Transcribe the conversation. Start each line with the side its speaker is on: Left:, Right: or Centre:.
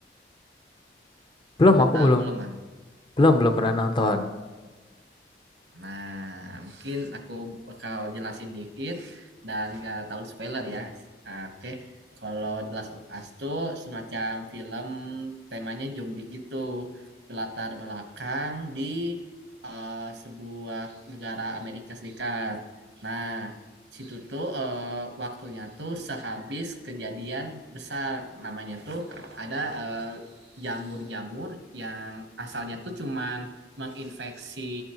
Left: belum,
Right: atau
Left: aku belum,
Right: belum, Bang?
Left: belum, belum pernah nonton.
Right: Nah, mungkin aku bakal jelasin dikit dan gak tahu spoiler ya. Ah, Oke, Kalau The Last of Us tuh semacam film temanya zombie gitu. Berlatar belakang di eh, sebuah negara Amerika Serikat. Nah, situ tuh eh, waktunya tuh sehabis kejadian besar namanya tuh ada eh, jamur-jamur yang asalnya tuh cuman menginfeksi